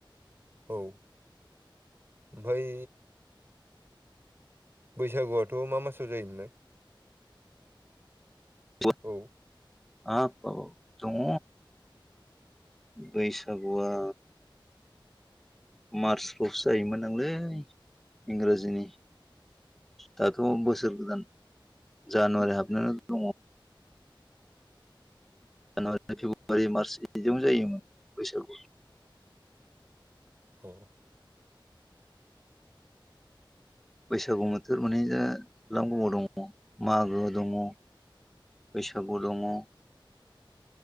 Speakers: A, on the right; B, in the centre.
A: औ ओमफ्राय बैसागुआथ मा मासाव जायो मोनलाय?
B: <inaudible>
A: औ
B: हाब ब दङ बैसागुआ मार्चफ्रावसो जायोमोन दांलै इंराजिनि दाथ बोसोर गोदान जानुवारि हाबनानै दङ। जानुवारि फेब्रुवारि मार्च बिदिनो जायोमोन बैसागु
A: अ
B: बैसागु बोथोर माने लां गोबाव दङ मागो दङ बैसागु दङ।